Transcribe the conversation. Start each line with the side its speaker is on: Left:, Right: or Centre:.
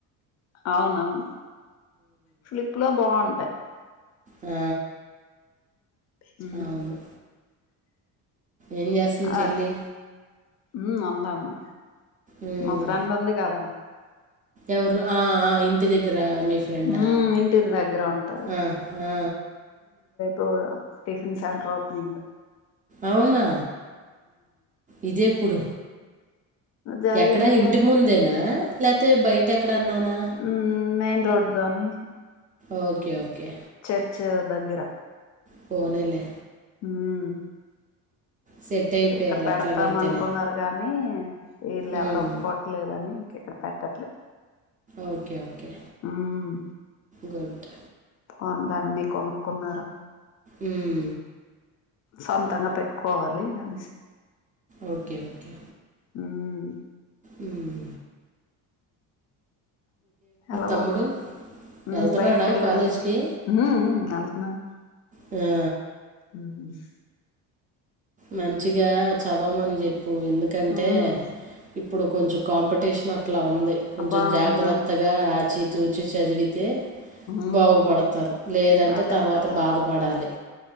Left: అవునవును ప్లిప్ లో బావుటయి
Right: ఆ
Left: ఊ
Right: అవును ఏం జేస్తుంది చెల్లి
Left: ఆ ఉమ్ ఉందమ్మా,
Right: ఉమ్,
Left: మా ఫ్రెండ్ ఉంది కదా.
Right: ఎవరు ఆ ఆ ఇంత్ ఇంటి దగ్గర మీ ఫ్రెండా
Left: ఉమ్ ఇంటి దగ్గర ఉంటది
Right: ఆ, ఆఆ
Left: ఆ టిఫన్ సెంట్ర ఓపెనింగు
Right: అవునా, ఇదేప్పుడు?
Left: జరిగిందిలే
Right: ఎక్కడ ఇంటి ముందేనా, లేతే బయట ఎక్కడన్నానా
Left: ఉమ్ మెయిన్ రోడ్ లోని.
Right: Okay okay.
Left: చర్చ్ దగ్గర.
Right: పోనీలే
Left: ఉమ్
Right: సెట్ అయిపోయారు
Left: ఇక్కడ పెడతాం
Right: అట్లాగైతేనే
Left: అనుకున్నారు గానీ వీళ్ళ
Right: మ్మ్.
Left: ఎవరు ఒప్పుకోవట్లేదని ఇంక ఇక్కడ పెట్టట్లే.
Right: Okay okay.
Left: ఉమ్
Right: గుడ్
Left: పోనీలె అన్ని కొనుక్కున్నారు.
Right: ఉమ్
Left: సొంతంగా పెట్టుకోవాలి అనేసి
Right: ఓకే ఓకే.
Left: ఉమ్
Right: ఉమ్
Left: ఎలాగు,
Right: తమ్ముడు
Left: ఉమ్
Right: వెళ్తున్నాడా
Left: బయటికెళ్ళాడమ్మా
Right: కాలేజ్కి
Left: ఉమ్ మ్మ్ వెళ్తున్నాడు.
Right: ఆ
Left: ఉమ్
Right: మంచిగా చదవమని చెప్పు ఎందుకంటే
Left: ఉమ్
Right: ఇప్పుడు కొంచెం కాంపిటీషన్ అట్లా ఉంది కొంచెం
Left: బావున్నాను
Right: జాగ్రత్తగా ఆచి తూచి చదివితే
Left: ఉమ్
Right: బాగుపడతారు, లేదంటే
Left: అదే
Right: తర్వాత
Left: కదా
Right: బాధపడాలి.